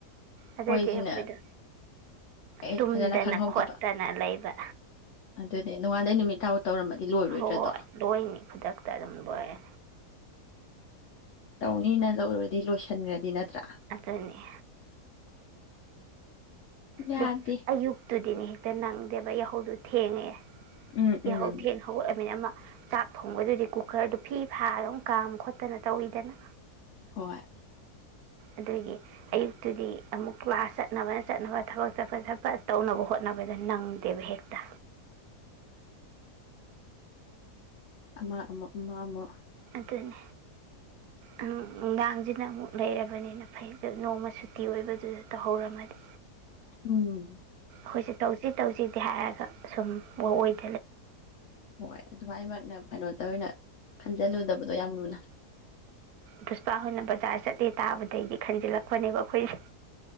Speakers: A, on the right; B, on the left.
A: ꯑꯗꯨꯗꯗꯤ
B: ꯃꯣꯏꯁꯤꯅ
A: ꯑꯩꯈꯣꯏꯗꯣ
B: ꯑꯩ
A: ꯇꯨꯝꯗꯅ
B: ꯐꯖꯅ ꯈꯪꯍꯧꯗꯕ
A: ꯈꯣꯠꯇꯅ ꯂꯩꯕ
B: ꯑꯗꯨꯅꯦ ꯅꯣꯉꯥꯟꯕꯗꯩ ꯅꯨꯃꯤꯠ ꯇꯥꯕ ꯇꯧꯔꯝꯃꯗꯤ ꯂꯣꯏꯔꯣꯏꯗ꯭ꯔꯗꯣ
A: ꯍꯣꯏ ꯂꯣꯏꯅꯤ ꯈꯨꯗꯛꯇ ꯑꯗꯨꯝ ꯂꯣꯏꯔꯦ
B: ꯇꯧꯅꯤꯅ ꯇꯧꯔꯨꯔꯗꯤ ꯂꯣꯏꯁꯤꯟꯈꯒ꯭ꯔꯗꯤ ꯅꯠꯇ꯭ꯔꯥ
A: ꯑꯗꯨꯅꯤ
B: ꯌꯥꯗꯦ
A: ꯗꯦ ꯑꯌꯨꯛꯇꯨ ꯗꯤꯅꯦ ꯍꯦꯛꯇ ꯅꯪꯗꯦꯕ ꯌꯥꯍꯧꯗꯨ ꯊꯦꯡꯉꯦ
B: ꯎꯝ ꯎꯝ
A: ꯌꯥꯍꯧ ꯊꯦꯡ ꯍꯧꯒꯠꯂꯃꯤꯅ ꯑꯃ ꯆꯥꯛ ꯊꯣꯡꯕꯗꯨꯗꯤ ꯀꯨꯀꯔꯗꯨ ꯐꯤ ꯐꯥ ꯑꯗꯨꯝ ꯀꯥꯝ ꯈꯣꯠꯇꯅ ꯇꯧꯋꯤꯗꯅ
B: ꯍꯣꯏ
A: ꯑꯗꯨꯒꯤ ꯑꯌꯨꯛꯇꯨꯗꯤ ꯑꯃꯨꯛ ꯀ꯭ꯂꯥꯁ ꯆꯠꯅꯕ ꯆꯠꯅꯕ ꯊꯕꯛ ꯆꯠꯄꯅ ꯆꯠꯄ ꯇꯧꯅꯕ ꯍꯣꯠꯅꯕꯗ ꯅꯪꯗꯦꯕ ꯍꯦꯛꯇ
B: ꯑꯃ ꯑꯃꯨꯛ ꯑꯃ ꯑꯃ
A: ꯑꯗꯨꯅꯦ ꯎꯝ ꯅꯨꯡꯗꯥꯡꯁꯤꯅ ꯑꯃꯨꯛ ꯂꯩꯔꯕꯅꯤꯅ ꯐꯩ ꯗꯣ ꯅꯣꯡꯃ ꯁꯨꯇꯤ ꯑꯣꯏꯕꯗꯨꯗ ꯇꯧꯍꯧꯔꯝꯃꯗꯤ
B: ꯎꯝ
A: ꯈꯣꯏꯁꯨ ꯇꯧꯁꯤ ꯇꯧꯁꯤ ꯁꯤ ꯍꯥꯏꯔꯒ ꯁꯨꯝ <unintelligible>
B: ꯍꯣꯏ ꯑꯗꯨꯃꯥꯏꯅꯃꯛꯅ ꯀꯅꯣꯗ ꯑꯣꯏꯅ ꯈꯟꯖꯤꯜꯂꯨꯗꯕ ꯗꯣ ꯌꯥꯝ ꯂꯨꯅ
A: ꯄꯨꯁꯄ ꯍꯣꯏꯅ ꯕꯖꯥꯔ ꯆꯠꯂꯦ ꯇꯥꯕꯗꯩꯗꯤ ꯍꯟꯖꯤꯜꯂꯛꯄꯅꯦꯕ ꯑꯩꯈꯣꯏ